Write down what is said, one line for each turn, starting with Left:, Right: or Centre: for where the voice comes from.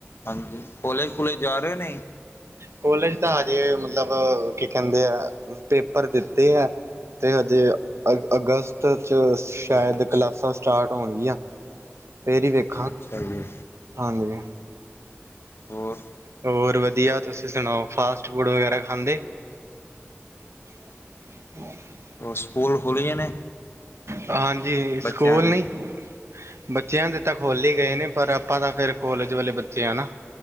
Left: ਹਾਂਜੀ, ਕੋਲੇਜ-ਕੂਲੇਜ ਜਾ ਰਹੇ ਨੇ,
Right: ਕੋਲੇਜ ਤਾਂ ਹਜੇ ਮਤਲਬ ਕੀ ਕਹਿੰਦੇ ਐ ਪੇਪਰ ਦਿੱਤੇ ਐ। ਤੇ ਹਜੇ ਅਗ ਅਗਸਤ ਚ ਸ਼ਾਇਦ
Left: ਅੱਛਾ
Right: ਕਲਾਸਾਂ ਸਟਾਰਟ ਹੋਣਗੀਆਂ, ਫੇਰ ਈ ਵੇਖ
Left: ਅੱਛਾ ਜੀ।
Right: ਹਾਂਜੀ,
Left: ਹੋਰ
Right: ਹੋਰ ਵਧੀਆ ਤੁਸੀਂ ਸੁਣਾਓ? ਫਾਸਟ ਫੂਡ ਵਗੈਰਾ ਖਾਂਦੇ। <inaudible>
Left: ਔਰ ਸਕੂਲ ਖੁਲ੍ਹ ਗਏ ਨੇ?
Right: ਹਾਂਜੀ ਸਕੂਲ
Left: ਬੱਚਿਆਂ ਦੇ
Right: ਨਹੀਂ ਬੱਚਿਆਂ ਦੇ ਤਾਂ ਖੁਲ੍ਹ ਈ ਗਏ ਨੇ, ਪਰ ਆਪਾਂ ਤਾਂ ਫੇਰ ਕੋਲਜ ਵਾਲੇ ਬੱਚੇ ਆਣਾ।